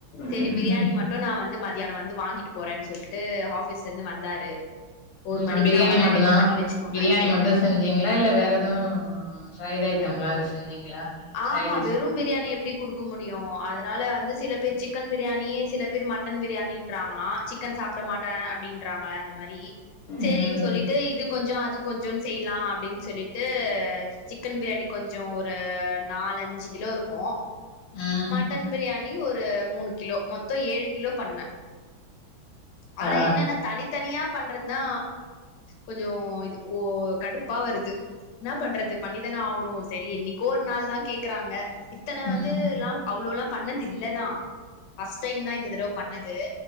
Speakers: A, on the left; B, on the left.
A: சரி
B: ம்
A: பிரியாணி மட்டு நா வந்து மத்தியானோ வந்து வாங்கிட்டு போறேன் சொல்லி ட்டு ஆபீஸ்ல இருந்து வந்தாரு ஒரு மணிக்கு
B: ம் பிரியாணி
A: நா வரே
B: மட்டுந்தா
A: ரெடி பண்ணி வச்சுக்கோங்கன்ட்டுன்னு
B: பிரியாணி மட்டு செஞ்சீங்களா இல்ல வேற எது ஃப்ரைடு் ஐட்டம்ல்லா எது செஞ்சீங்களா
A: ஆமா
B: சைட் டிஷ்
A: வெறு பிரியாணி எப்டி குடுக்க முடியு அதுனால வந்து சில பேர் சிக்கன் பிரியாணி சில பேர் மட்டன் பிரியாணின்றாங்களா சிக்கன் சாப்ட மாட்டே அப்டின்றாங்க அந்த மாரி சேரின்
B: ம்
A: சொல்லிட்டு இது கொஞ்சோ அது கொஞ்சோன் செய்லா அப்டின் சொல்லிட்டு சிக்கன் பிரியாணி கொஞ்சோ ஒரு நாலஞ்சு கிலோ இருக்கு
B: ம்
A: மட்டன் பிரியா ணி ஒரு மூணு கிலோ மொத்தோ ஏழு கிலோ பண்ணே ஆனா
B: ஆ
A: என்னன்னா தனித்தனியா பண்ற தா கொஞ்சோ இது ஓ கடுப்பா வருது என்னா பண்றது பண்ணிதான ஆகணு சரி என்னைக்கோ ஒரு நாள் தா கேக்குறாங்க இத்தன
B: ம்
A: வந்து எல்லா அவ்ளோல்லா பண்ணது இல்லதா ஃபஸ்ட் டைம் தா இந்த தடவ பண்ணது